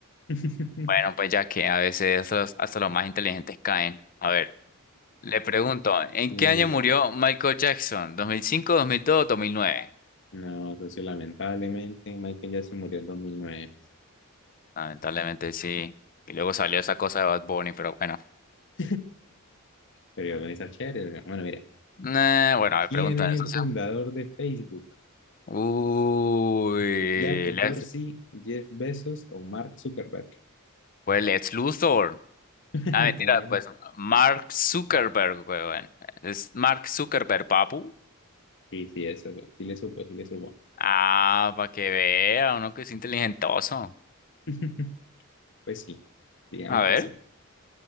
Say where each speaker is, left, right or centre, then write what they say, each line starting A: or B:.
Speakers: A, on the left; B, on the left.
A: <laughs>
B: Bueno, pues ya que a veces hasta los, hasta los más inteligentes caen. A ver, le pregunto, ¿en
A: Bueno,
B: qué año murió Michael Jackson? ¿2005, 2002 o 2009?
A: no, socio, lamentablemente Michael Jackson murió en 2009.
B: Lamentablemente sí. Y luego salió esa cosa de Bad Bunny, pero bueno.
A: <laughs> Pero igual con esa chévere. ¿no? Bueno, mira.
B: Eh, bueno, a ver,
A: ¿Quién
B: pregunta
A: es
B: de socio.
A: el fundador de Facebook?
B: Uy,
A: ¿Jack
B: Lex,
A: Dorsey, Jeff Bezos o Mark Zuckerberg?
B: pues Lex Luthor.
A: <laughs>
B: Nah, mentira,
A: ¿Cómo era?
B: pues Mark Zuckerberg, weón. Es Mark Zuckerberg, papu.
A: Sí, sí, eso, sí le supo, sí le supo.
B: Ah, para que vea, uno que es inteligentoso.
A: <laughs> Pues sí, digamos
B: A ver,
A: que sí.